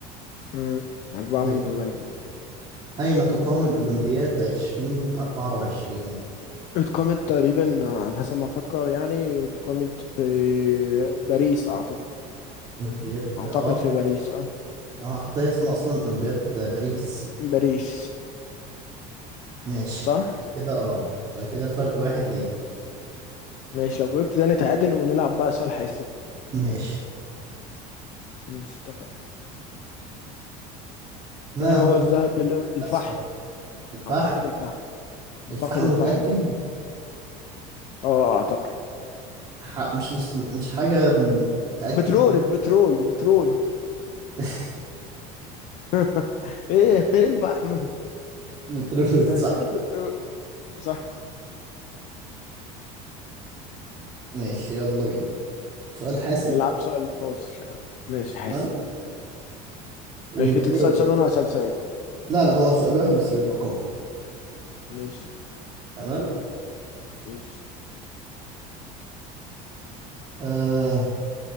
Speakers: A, on the left; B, on the right.
A: مم. أربعة
B: طيب
A: من تمانية
B: أين تقام الأولمبياد عشرين أربعة وعشرين
A: اتقامت تقريبا على حسب ما أفكر يعني اتقامت في باريس أعتقد
B: أولمبياد
A: أعتقد
B: أه
A: في باريس اه
B: أه حتى هي اسمها أصلا أولمبياد باريس
A: باريس
B: ماشي
A: صح؟
B: كده أه يبقى كده الفرق واحد ليه
A: ماشي لو جاوبت ده نتعادل ونلعب بقى سؤال حاسم
B: ماشي
A: ماشي اتفقنا
B: ما
A: ما
B: هو
A: هو
B: اللون
A: الذهب ال- الفحم
B: الأسود الفحم
A: أعتقد الفحم أعتقد
B: الفحم
A: الفحم
B: متأكد
A: اه آه، أعتقد
B: ح- مش مست... مش حاجة م- متأكد
A: بترول بترول بترول
B: <laughs>
A: <laughs> ايه ايه الفحم
B: بترفض
A: <laughs> اكيد
B: صح
A: البترول صح
B: ماشي يلا بينا سؤال حاسم
A: نلعب سؤال فاصل ماشي حاسم
B: تمام ويبقى
A: ماشي انت تسأل
B: دي ودي
A: سؤال وانا هسأل سؤال
B: لا لا هو سؤال واحد بس بيبقى قوي
A: ماشي
B: تمام
A: ماشي
B: آه